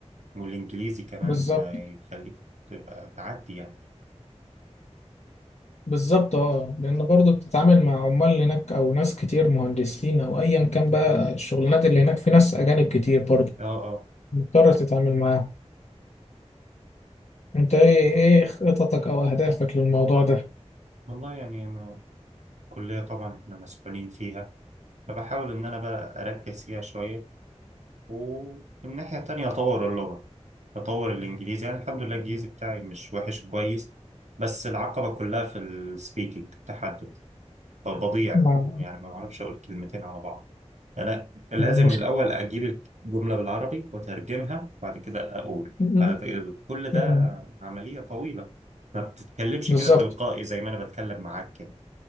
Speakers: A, on the right; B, on the left.
A: والانجليزي كمان
B: بالظبط
A: ما يخليك تبقى تعدي يعني
B: بالظبط اه لان برضو بتتعامل مع عمال هناك او ناس كتير مهندسين او ايا كان بقى الشغلانات اللي هناك في ناس اجانب كتير برضو
A: اه اه
B: مضطر تتعامل معاهم انت ايه ايه خططك او اهدافك للموضوع ده
A: والله يعني انا الكلية طبعا احنا مسؤولين فيها فبحاول ان انا بقى اركز فيها شوية ومن الناحية التانية أطور اللغة أطور الإنجليزي يعني الحمد لله الإنجليزي بتاعي مش وحش كويس بس العقبة كلها في السبيكنج التحدث طب بضيع
B: مع
A: بضيع، يعني ما بعرفش أقول كلمتين على بعض يعني أنا لازم
B: مع المشكلة
A: الأول أجيب الجملة بالعربي وأترجمها وبعد كده أقول
B: م-
A: بعد- كل ده
B: م- م-
A: عملية طويلة ما بتتكلمش
B: بالظبط
A: كده تلقائي زي ما أنا بتكلم معاك كده